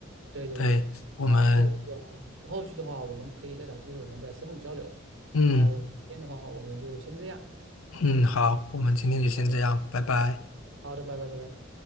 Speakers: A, on the right; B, on the left.
A: 对对对，
B: 对，我们
A: 然后后续的话，后续的话我们可以再找机会我们再深入交流，
B: 嗯
A: 然后今天的话我们就先这样，
B: 嗯好，
A: 嗯，
B: 我们今天就先这样，
A: 好的，
B: 拜拜。
A: 好的，拜拜拜拜。